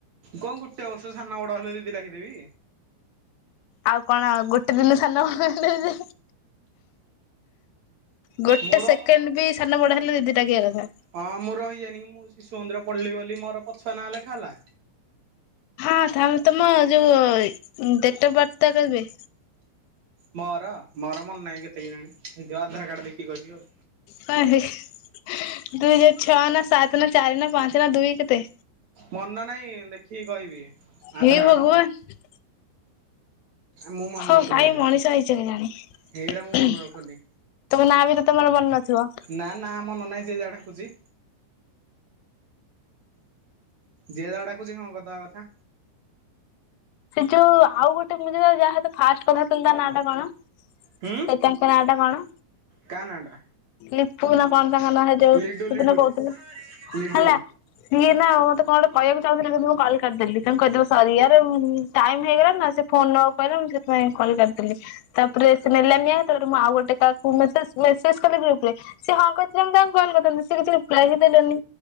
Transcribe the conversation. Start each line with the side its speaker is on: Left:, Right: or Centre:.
Right: କଣ ଗୁଟେ ବର୍ଷ ସାନ ବଡ ହେଲେ ଦିଦି ଡାକି ଦେବି।
Left: ଆଉ କଣ ଗୋଟେ ଦିନ ସାନ ହେଲେ ଗୋଟେ
Right: ମୋର
Left: ସେକେଣ୍ଡ ବି ସାନ ବଡ ହେଲେ ଦିଦି ଡାକିବା କଥା।
Right: ହଁ ମୁଁ ରହିଯାଆଇନି କି ମୁଁ ଶିଶୁ ମନ୍ଦିର ପଢିଲି ବୋଲି ମୋର ପଛୁଆ ନାଁ ଲେଖା ହେଲା।
Left: ହଁ ତମ ଯୋଉ ଡେଟ୍ ଅଫ୍ ବାର୍ଥ ଟା କେବେ?
Right: ମୋର ମୋର ମନେ ନାହିଁ କେତେ କେଜାଣି ହେଇଥିବ ଆଧାର କାର୍ଡ଼ ଦେଖିକି କହୀବି ଆଉ।
Left: ହ ଦୁଇ ହଜାର ଛଅ ନା ସାତ ନା ଚାରି ନା ପାଞ୍ଚ ନା ଦୁଇ କେତେ?
Right: ମନ ନାଇଁ ଦେଖିକି କହିବି। ଆଧାର
Left: ହେଇ ଭଗବାନ।
Right: କାର୍ଡ ମୁଁ ମନେ
Left: ହଁ
Right: ରଖୁନି
Left: କାହିଁ
Right: ହେରା।
Left: ମଣିଷ ହେଇଚ କେଜାଣି।
Right: ହେରା ମୁଁ ମନେ ରଖୁନି
Left: ତମ ନାଁ ବି ତମର ମନ ନଥିବ।
Right: ନା ନା ମନ ନାହି ଯିଏ ଯାହା ଡାକୁଛି। ଯିଏ ଯାହା ଡାକୁଛି ହଁ କରିଦବା କଥା।
Left: ସେ ଯୋଉ ଆଉ ଗୋଟେ ମୁ ଯାହା ହତ ଫାଷ୍ଟ କଥା ହୋଉଥିଲି ତା ନା ଟା କଣ?
Right: ହୁଁ।
Left: କ ତାଙ୍କ ନାଟା କଣ?
Right: କା ନାଁ ଟା
Left: ଲିପୁ ନା କଣ ତାଙ୍କ ନା ହେଦିନ
Right: ଲିଡୁ ଲିଡୁ
Left: କହୁଥିଲ
Right: ଲିଡୁ
Left: ହେଲା। ସିଏ ନା ମତେ କଣ ଗୋଟେ କଣ କହିବାକୁ ଚାହୁଁଥିଲେ କିନ୍ତ ମୁ କଲ କାଟଦେଲିି ତାଙ୍କୁ କହିଦେବ ସରି ଯାରେ ମୁ ଟାଇମ ହେଇଗଲା ନା ସେ ଫୋନ ନବାକୁ କହିଲା ମୁଁ ସେଥିପାଇଁ କଲ କାଟିଦେଲି। ତାପରେ ସେ ନେଲାନିଆ ତାପରେ ମୁଁ ଆଉ ଗୋଟେ କାହାକୁ ମେସେଜ ମେସେଜ କଲି ଗ୍ରୁପ୍ ରେ ସେ ହଁ କହିଥିଲେ ମୁ ତାଙ୍କୁ କଲ୍ କରିଥାନ୍ତି ସେ କିଛି ରିପ୍ଲାଏ ହିଁ ଦେଲନି।